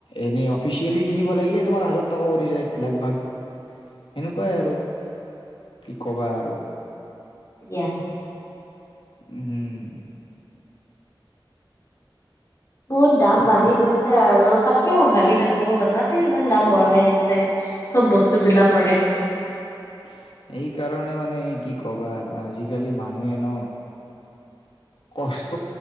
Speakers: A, on the left; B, on the left.
A: এনেই অফিচিয়েলি কিনিব লাগিলে তোমাৰ হাজাৰ টকা পৰি যায় লাগ ভাগ সেনেকুৱাই আৰু। কি ক'বা আৰু
B: দিয়া।
A: হম।
B: বহুত দাম
A: আৰু
B: বাঢ়ি গৈছে আৰু তাকে মই ভাবি থাকো হঠাতে ইমান দাম বঢ়াই দিছে। চব বস্তুবিলাকৰে।
A: <inaudible> এইকাৰণে মানে কি ক'বা আৰু আজিকালি মানুহে ন কষ্ট